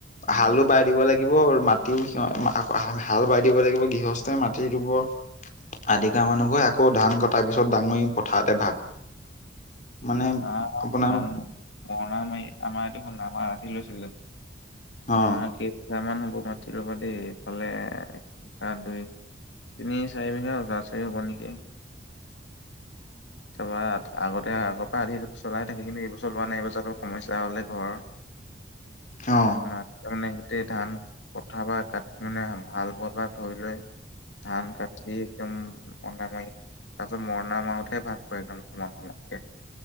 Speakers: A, on the left; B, on the left.
A: উম
B: হালো বাই দিব লাগ লাগিব আৰু মাটিও সি হাল বাই দিব লাগিব গৃহস্থই মাটি ৰুব আধা কৰা মানুহ ঘৱে আকৌ ধান কটাৰ পিছত ডাঙৰি পথাৰতে ভাগ। মানে
A: আহ
B: আপোনাৰ-
A: ধান মৰণা মাৰি আমাৰ এয়াটোদেখোন আমাৰ আধি লৈছিলো
B: অ',
A: তোমাৰ কেই বিঘা মান হ'ব মাটি ৰবা দেই এইফালে সাত দুই তিনি-চাৰি বিঘা ওচৰা-ওচৰি হ'ব নেকি। তাপা আগতে আগ পা আধিটো চলাই থাকে কিন্তু এইবছৰ লোৱা নাই এই বছৰতো সমস্যা হ'লে ঘৰ
B: অ
A: মাঠটো মানে গোটেই ধান পঠা বা কাটি মানে ভাল পোৱাৰ পৰা ধৰি লৈ ধান কাঠি একদম মৰনা মাই তাৰপিছত মৰণা মাওতেহে ভাগ কৰে একদম সমান সমানকে